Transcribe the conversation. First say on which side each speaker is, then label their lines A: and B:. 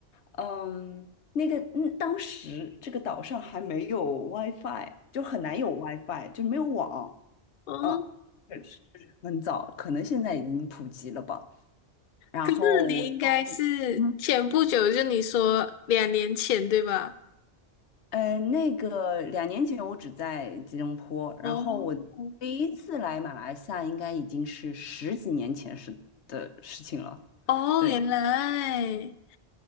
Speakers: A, on the left; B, on the left.
A: 嗯，那个嗯，当时这个岛上还没有 WiFi，就很难有 WiFi，就没有网。
B: 哦，
A: 嗯，确是很早，可能现在已经普及了吧。然后我在，
B: 可是你应该是前不久，
A: 嗯，
B: 就你说两年前对吧？
A: 呃，那个两年前我只在吉隆坡，然后我第一次来马来西亚应该已经是十几年前是的事情了。
B: 哦，哦，
A: 对。
B: 原来，